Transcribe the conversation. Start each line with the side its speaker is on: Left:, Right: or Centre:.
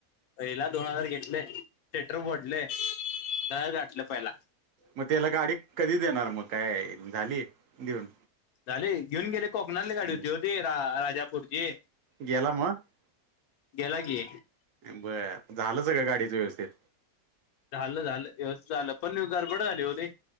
Left: पहिला दोन हजार घेतले सेटर बोर्डले, घर गाठलं पहिला.
Right: मगत्याला गाडी कधी देणार मग काय झाली देऊन?
Left: झाले घेऊन गेले कोकणातली गाडी
Right: हम्म
Left: होती ती रा राजापूरची.
Right: गेला मग
Left: गेला की.
Right: बरं झालं सगळं गाडीचं व्यवस्थित.
Left: झालं झालं व्यवस्थित झालं पण गरबड झाली ओ लय.